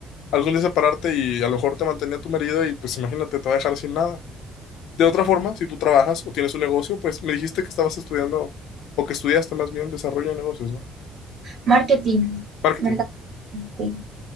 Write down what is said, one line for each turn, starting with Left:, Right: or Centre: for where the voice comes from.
Left: algún día separarte y a lo mejor te mantenía tu marido y pues imagínate, te va a dejar sin nada? De otra forma, si tú trabajas o tienes un negocio, pues me dijiste que estabas estudiando o que estudiaste más bien desarrollo de negocios, ¿no?
Right: Marketing,
Left: Marketing.
Right: mercado, sí.